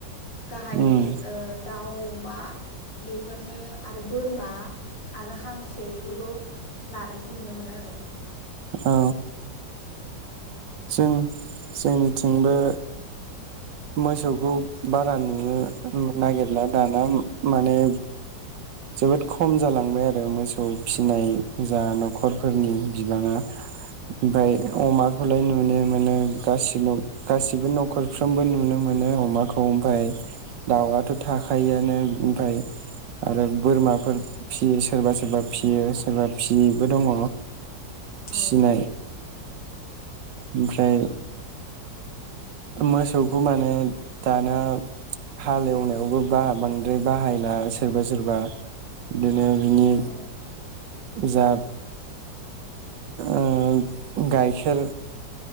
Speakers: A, on the left (about 85°); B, on the right (about 80°).
A: गाहायै
B: उम
A: ओ दाउ अमा बेफोरनो आरो बोरमा आरो हांसो एफोरखौ लानायखौ नुनो मोनो आरो
B: औ जों जोंनिथिंबो मोसौखौ बारा नुनो नागिरला दाना माने जोबोद खम जालांबाय आरो मोसौ फिसिनाय जा न'खरफोरनि बिबाङा ओमफाय अमाखौलाय नुनो मोनो गासिब गासिबो न'खरफ्रोमबो नुनो मोनो अमाखौ ओमफाय दाउआथ' थाखायोआनो ओमफाय आरो बोरमाफोर फियो सोरबा सोरबा फियो सोरबा फियैबो दङ
A: औ
B: फिनाय ओमफ्राय मोसौखौ माने दाना हालेवनायावबो बा बांद्राय बाहायला सोरबा सोरबा बिदिनो बिनि
A: औ
B: जा ओ गाइखेर